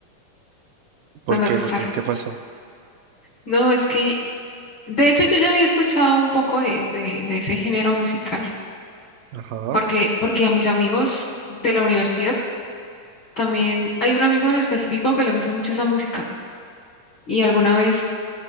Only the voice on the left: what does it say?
no me
gustaron.
No, es que, de hecho, yo ya había escuchado un poco de, de, de ese género musical,
porque, porque a mis amigos de la universidad también hay un amigo en específico que le gusta mucho esa música. Y alguna vez